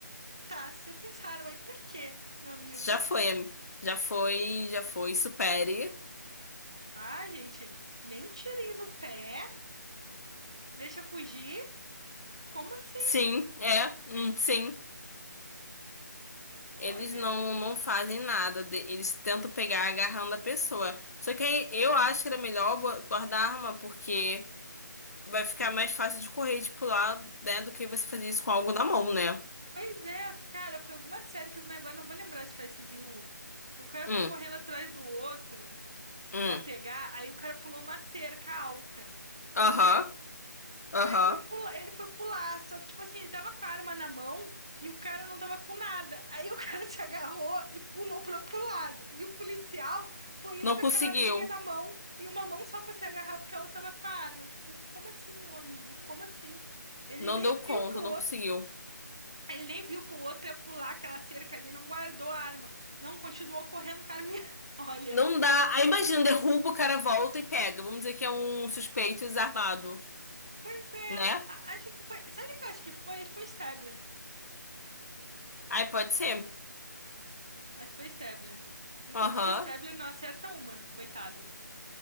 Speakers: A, on the right; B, on the left.
A: tá, você tem essa arma aí pra quê, meu amigo?
B: Já foi, ami- já foi, já foi, supere.
A: Ah, gente, nem um tirinho no pé, deixa fugir? Como assim?
B: Sim, é, hum, sim. Eles
A: Olha,
B: não, não fazem nada, de- eles tentam pegar agarrando a pessoa. Só que aí eu acho que era melhor bo- guardar a arma, porque vai ficar mais fácil de correr e de pular, né, do que você fazer isso com algo na mão, né?
A: pois é, cara, foi alguma série que eu agora não vou lembrar se foi Civil, que o cara
B: Hum,
A: foi correndo atrás do outro
B: hum,
A: pra pegar, aí o cara pulou uma cerca alta num
B: aham,
A: beco.
B: aham.
A: Aí foi pular, ele foi pular, só que tipo assim, ele tava com a arma na mão e o cara não tava com nada. Aí o cara <laughs> se agarrou e pulou pro outro lado. E o policial foi
B: Não
A: indo com
B: conseguiu,
A: aquela arminha na mão e uma mão só pra se agarrar porque a outra tava com a arma. Tipo, como assim, meu amigo? Como assim? Ele
B: não
A: nem
B: deu conta,
A: viu que o
B: não
A: outro,
B: conseguiu.
A: ele nem viu que o outro ia pular aquela cerca ali, não guardou a arma. Não, continuou correndo com a arminha. <laughs> Olha,
B: Não dá. Aí imagina, derruba, o cara volta e pega. Vamos dizer que é um suspeito desarmado,
A: pois é,
B: né?
A: a- acho que foi, sabe o que eu acho que foi? Foi Stabler.
B: Aí pode ser.
A: Acho que foi Stabler. Inclusive,
B: Aham.
A: Stabler não acerta uma, coitado.